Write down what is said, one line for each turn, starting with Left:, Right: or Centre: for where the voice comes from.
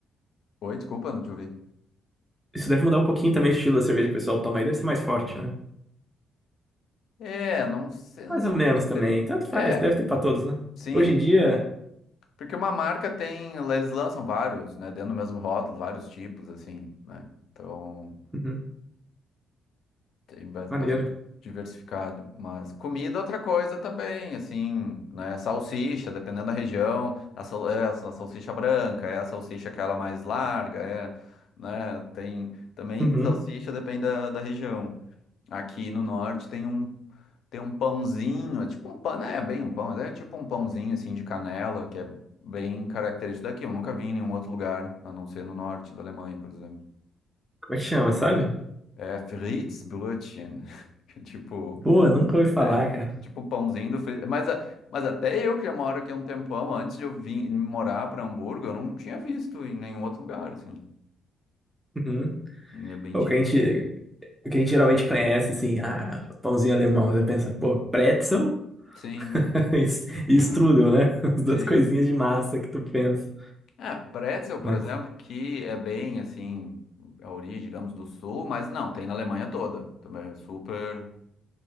Left: Oi, desculpa, não te ouvi.
Centre: Isso deve mudar um pouquinho também o estilo da cerveja que o pessoal toma aí. Deve ser mais forte, né?
Left: É, não sei, não
Centre: Mais
Left: sei.
Centre: ou menos também.
Left: te
Centre: Tanto faz.
Left: É,
Centre: Deve ter pra todos, né?
Left: sim.
Centre: Hoje em dia.
Left: Porque uma marca tem, eles lançam vários, né, dentro do mesmo rótulo, vários tipos, assim, né? Então,
Centre: Uhum.
Left: tem ba-
Centre: Maneiro.
Left: bastante diversificado. Mas comida é outra coisa também, assim, né? Salsicha, dependendo da região, a, sal- é a sal- salsicha branca, é a salsicha aquela mais larga, é, né? Tem também
Centre: Uhum.
Left: salsicha, depende da, da região. Aqui no norte tem um tem um pãozinho, é tipo um pão, né? É bem um pão, mas é tipo um pãozinho assim de canela, que é bem característico daqui. Eu nunca vi em nenhum outro lugar, a não ser no norte da Alemanha, por exemplo.
Centre: Como é que chama, sabe?
Left: É Fritzbrötchen, <laughs> que é tipo,
Centre: Pô, nunca ouvi falar,
Left: é,
Centre: cara.
Left: é tipo um pãozinho do Fritz. Mas, a- mas até eu que já moro aqui há um tempão, antes de eu vir morar para Hamburgo, eu não tinha visto em nenhum outro lugar, assim.
Centre: Uhum.
Left: É bem
Centre: Pô,
Left: tipo.
Centre: que a gente. O que a gente geralmente conhece, assim, ah, pãozinho alemão. Você pensa, pô, pretzel <laughs>
Left: Sim.
Centre: e s- e strudel,
Left: Ah,
Centre: né? <laughs> As duas
Left: sim.
Centre: coisinhas de massa que tu pensa.
Left: É, pretzel, por
Centre: Mas,
Left: exemplo, que é bem assim, a origem, digamos, do sul, mas não, tem na Alemanha toda. Também é super,